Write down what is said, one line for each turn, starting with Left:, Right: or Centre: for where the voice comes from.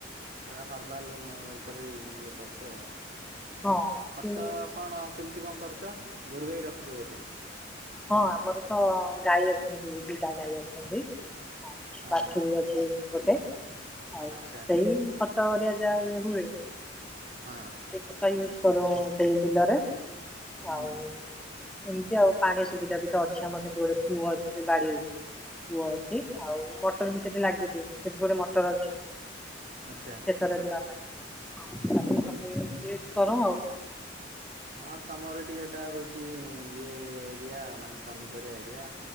Right: ପା ହର୍ବାଲ ଉପରେ ଇଏ କରୁଛ ଆଉ
Centre: ହଁ
Right: ଖତ
Centre: ସେ
Right: କଣ। କେମିତି କଣ କରୁଛ ଗୋରୁ ଗାଈ ରଖିଛ ବୋଧେ
Centre: ହଁ ଆମର ତ ଗାଈ ଅଛନ୍ତି ଦିଟା ଗାଈ ଅଛନ୍ତି। ଆଉ
Right: ହଁ
Centre: ବାଛୁରୀ ଅଛି ଗୋଟେ ଆଉ
Right: ଆଚ୍ଛା।
Centre: ସେଇ ସାରିଆ ଯା ଏ ହୁଏ।
Right: ହଁ
Centre: ସେ କଥା ୟୁଜ୍ କରୁ ସେଇ ବିଲରେ
Right: ହୁଁ
Centre: ଆଉ ଏମିତି ଆଉ ପାଣି ସୁବିଧା ବି ତ ଅଛି ଆମର ସେଠି ଗୋଟେ କୁଅ ଅଛି ବାଡିରେ କୁଅ ଅଛି ଆଉ ମଟର ବି ସେଠି ଲାଗିଛି ସେଠି ଗୋଟେ ମଟର ଅଛି।
Right: ଆଛା
Centre: ରେବାବା ହଁ ତାକୁ ସବୁ କର ଆଉ
Right: ହଁ ତମର ଟିକେ ଏଟା ହଉଛି ଇଏ ଏରିଆ ମାନେ ପନିପରିବା ଏରିଆ।